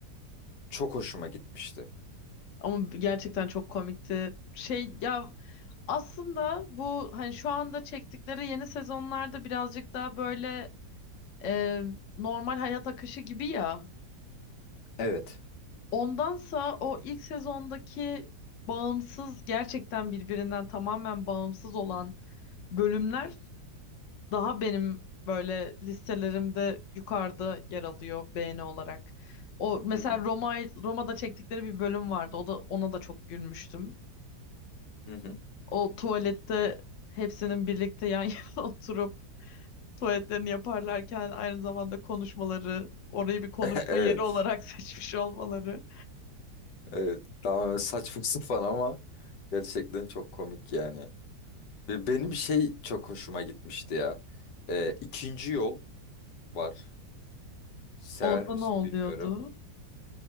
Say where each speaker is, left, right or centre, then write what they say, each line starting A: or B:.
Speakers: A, on the left (about 80°); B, on the left (about 55°).
A: Çok hoşuma gitmişti.
B: Ama gerçekten çok komikti. Şey ya aslında bu hani şu anda çektikleri yeni sezonlarda birazcık daha böyle e, normal hayat akışı gibi ya.
A: Evet.
B: Ondansa o ilk sezondaki bağımsız gerçekten birbirinden tamamen bağımsız olan bölümler daha benim böyle listelerimde yukarıda yer alıyor beğeni olarak. O mesela
A: Hı hı.
B: Roma Roma'da çektikleri bir bölüm vardı. O da ona da çok gülmüştüm.
A: Hı hı.
B: O tuvalette hepsinin birlikte yan yana <laughs> oturup tuvaletlerini yaparlarken aynı zamanda konuşmaları, orayı bir konuşma
A: <laughs> Evet.
B: yeri olarak <laughs> seçmiş olmaları.
A: Evet, daha saçma <laughs> sapan ama gerçekten çok komik yani. Ve Benim şey çok hoşuma gitmişti ya. Ee, ikinci yol var. Sever
B: Onda
A: misin
B: ne oluyordu?
A: bilmiyorum.